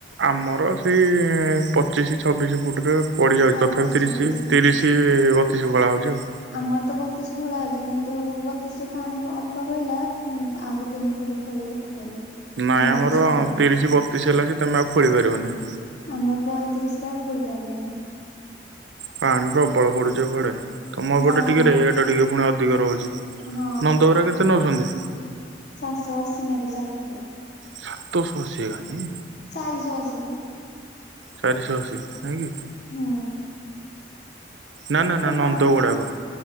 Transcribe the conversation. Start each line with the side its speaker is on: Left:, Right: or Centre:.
Right: ଆମର ସେଇ ପଚିଶି ଛବିଶ ଫୁଟରେ ପଡି ଯାଉଛି
Left: ପଚିଶ
Right: ତଥାପି ତିରିଶି
Left: ଛବିଶ।
Right: ତିରିଶି। କି ବତିଶ ଖୋଳା ହଉଛି ଆଉ।
Left: ଆମର ତ ବତିଶି ଖୋଳା ହଉଛି କିନ୍ତୁ ବତିଶି ରେ ପାଣି ଅଳ୍ପ ବହିଲା ଆହୁରି ତିନି ଫୁଟୁ। ଖୋଳିକି ପକେଇଲେ।
Right: ନାଇଁ
Left: ପଇଁତିରିଶ
Right: ଆମର
Left: ପଡିଲା
Right: ତିରିଶ ବତିଶି ହେଲା ଯେ ତମେ ଆଉ ଖୋଳି ପାରିବନି।
Left: ଆମର ପଇଁତିରିଶି ରେ ଆଉ ଖୋଳି ପାଇଲେନି।
Right: ପାଣି ପ୍ରବଳ ପଡୁଛି ଏ ପଡେ। ତମ ଏପଟେ
Left: ନା ଆମ
Right: ଟିକେ ରେଟ ଟିକେ ପୁଣି ଅଧିକ ରହୁଛି
Left: ହଁ
Right: ନନ୍ଦଗୁରା କେତେ ନେଉଛନ୍ତି।
Left: ଚାରିଶ ଅଶୀ ନେବେ ଚାରି ଫୁଟିଆ।
Right: ସାତଶ ଅସି ହେକା ନି
Left: ଚାରିଶ ଅଶୀ ବା।
Right: ଚାରିଶ ଅଶୀ ନାଇଁ କି।
Left: ହୁଁ।
Right: ନା ନା
Left: ସେ
Right: ନା ନନ୍ଦଗୁଡ଼ାକ।
Left: ପା